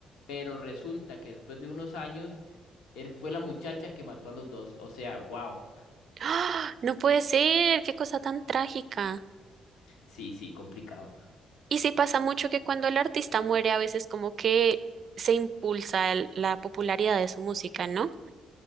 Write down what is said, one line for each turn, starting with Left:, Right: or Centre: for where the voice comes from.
Left: Pero resulta que después de unos años él fue la muchacha que mató a los dos. O sea, wow.
Right: ¡Ah! No puede ser. Qué cosa tan trágica.
Left: Sí, sí, complicado.
Right: Y sí pasa mucho que cuando el artista muere, a veces como que se impulsa el- la popularidad de su música, ¿no?